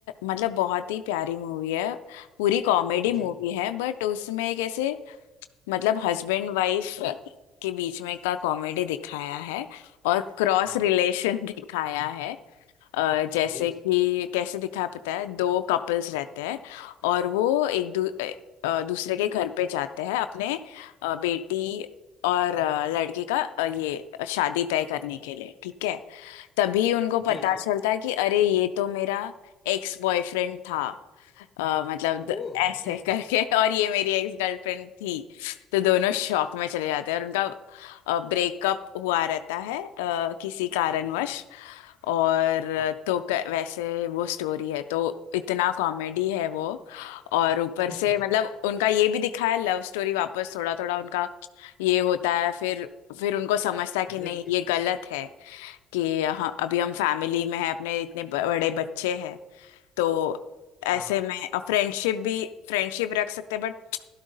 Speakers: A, on the left; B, on the left.
A: मतलब बहुत ही प्यारी मूवी है पूरी कॉमेडी मूवी
B: जी जी
A: है बट उसमें एक ऐसे मतलब हस्बैंड वाइफ के बीच में का कॉमेडी दिखाया है और क्रॉस
B: हाँ
A: रिलेशन <laughs> दिखाया है अ, जैसे
B: जी
A: कि
B: जी
A: कैसे दिखाया पता है दो कपल्स रहते हैं और वो एक दू, अ, दूसरे के घर पे जाते हैं अपने अ, बेटी और अ, लड़के का अ, ये शादी तय करने के लिए ठीक है तभी उनको पता
B: जी जी
A: चलता कि अरे ये तो मेरा एक्स बॉयफ्रेंड था अ, मतलब द-
B: ओ <laughs>
A: ऐसे <laughs> करके और ये मेरी एक्स गर्लफ्रेंड थी तो दोनों शॉक में चले जाते हैं और उनका ब्रेकअप हुआ रहता है अ, किसी कारणवश
B: जी जी
A: और अ,
B: हाँ
A: तो क- वैसे वो स्टोरी है तो इतना कॉमेडी है वो और ऊपर
B: <laughs>
A: से
B: जी
A: मतलब उनका ये भी दिखाया लव स्टोरी वापस थोड़ा थोड़ा उनका ये होता है फिर फिर उनको समझता है कि
B: जी
A: नहीं ये गलत है कि हाँ अभी हम फैमिली में है अपने इतने ब- बड़े बच्चे हैं तो ऐसे
B: हाँ हाँ
A: में फ्रेंडशिप भी फ्रेंडशिप रख सकते हैं बट